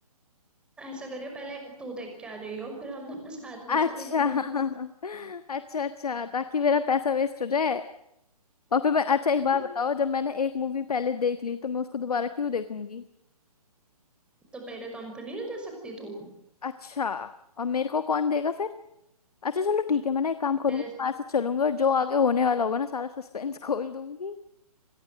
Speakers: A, in the centre; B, on the left (about 75°).
A: ऐसा करियो पहले तू देख के आ जाइयो फिर हम दोनों साथ में
B: अच्छा
A: चलेंगे
B: <laughs>
A: देखने
B: अच्छा अच्छा ताकि मेरा पैसा वेस्ट हो जाए और फिर मैं अच्छा एक
A: <laughs>
B: बार बताओ जब मैंने एक मूवी पहले देख ली तो मैं उसको दोबारा क्यों देखूंगी
A: तो मेरे कंपनी नहीं दे सकती तू
B: अच्छा और मेरे को कौन देगा फिर अच्छा चलो ठीक है मैं ना एक काम करूंगी
A: तेरे
B: आज से चलूंगी और जो आगे होने वाला होगा ना सारा सस्पेंस <laughs> खोल दूंगी